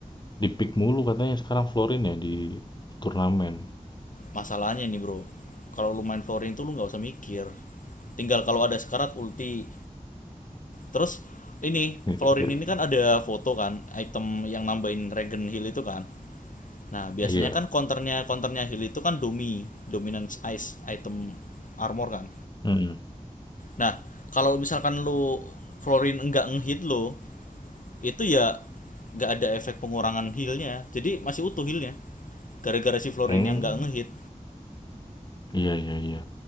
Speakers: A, on the left (about 30°); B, on the left (about 65°).
A: di pick mulu katanya sekarang Florin ya di turnamen.
B: Masalahnya nih bro, kalau lu main flooring tuh lu nggak usah mikir. Tinggal kalau ada sekarat ulti Terus ini
A: <laughs>
B: Florin ini kan ada foto kan item yang nambahin Regen heal itu kan. Nah, biasanya
A: Iya,
B: kan counternya counternya heal itu kan Domi, Dominance Ice item armor kan.
A: hmm
B: Nah, kalau misalkan lu Florin enggak ngehit lo, itu ya nggak ada efek pengurangan healnya. Jadi masih utuh healnya. Gara-gara si Florin
A: hmm
B: yang nggak ngehit.
A: iya iya iya,